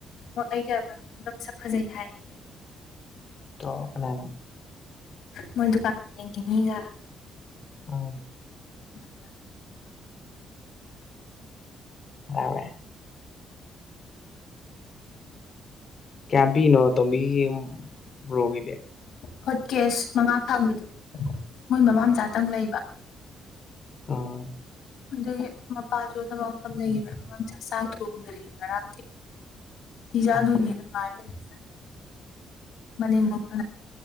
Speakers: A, on the left; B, on the left.
A: ꯑꯃꯨ ꯑꯩꯒꯗ ꯃꯁꯛ ꯐꯖꯩ ꯍꯥꯏꯌꯦ
B: ꯇ ꯀꯅꯥꯅ
A: ꯃꯣꯏ ꯗꯨꯀꯥꯟ ꯌꯦꯡꯈꯤ ꯃꯤꯒ
B: ꯎꯝ
A: ꯀꯅꯥ ꯀꯅꯥꯅꯣ
B: ꯂꯥꯜꯂꯦ ꯀꯌꯥꯝ ꯄꯤꯛꯏꯅꯣ ꯑꯇꯣꯝꯕꯤꯒꯤ ꯕ꯭ꯔꯣꯒꯤꯗꯤ
A: ꯍꯣꯠ ꯀꯦꯁ ꯃꯉꯥ ꯐꯪꯕꯤꯗꯣ ꯃꯣꯏ ꯃꯃꯥ ꯃꯆꯥꯇꯪ ꯂꯩꯕ
B: ꯑꯥ
A: ꯑꯗꯨꯒꯤ ꯃꯄꯥꯁꯨ ꯊꯕꯛ ꯃꯐꯝ ꯂꯩꯈꯤꯕ ꯃꯃꯥꯝꯆꯥ ꯆꯥꯛ ꯊꯣꯡꯗ꯭ꯔꯤ ꯉꯔꯥꯡꯗꯤ ꯏꯖꯥꯜꯗꯨꯅꯦꯅ
B: ꯎꯝ
A: ꯉꯥꯏ ꯂꯩꯔꯤꯖꯦ ꯃꯅꯦꯝꯕꯣꯛꯇꯨꯅ